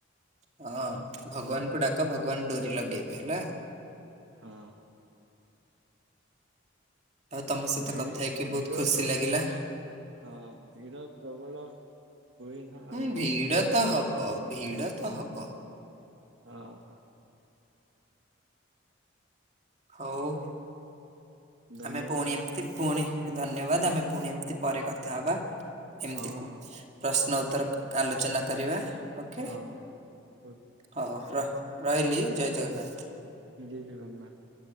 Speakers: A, on the right; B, on the right.
A: ହଁ ଭଗବାନଙ୍କୁ ଡାକ ଭଗବାନ ଡୋରି ଲଗେଇବେ ହେଲା।
B: ହଁ।
A: ଆଉ ତମ ସହିତ
B: ଭି
A: କଥା ହେଇକି
B: ଭିଡ଼
A: ବହୁତ ଖୁସି
B: ତ
A: ଲାଗିଲା
B: ହଁ ଭିଡ଼ ପ୍ରବଳ। ହୁଏ ନା
A: ହୁଁ
B: ଆଉ।
A: ଭିଡ ତ ହବ ଭିଡ଼ ତ ହବ।
B: ଅ ହଁ।
A: ହଉ।
B: ଧନ୍ୟବାଦ
A: ଆମେ ପୁଣି ଏମତି ପୁଣି ଧନ୍ୟବାଦ ଆମେ ପୁଣି ଏମିତି ପରେ କଥା ହବା। ଏମିତି
B: ହଁ
A: ପ୍ରଶ୍ନ
B: ହଁ କଲ
A: ଉତ୍ତର ଆଲୋଚନା କରିବା। ଓକେ
B: ହଁ ହଁ।
A: ହଉ ର ରହିଲି ଜୟ ଜଗନ୍ନାଥ।
B: ଜୟ ଜଗନ୍ନାଥ।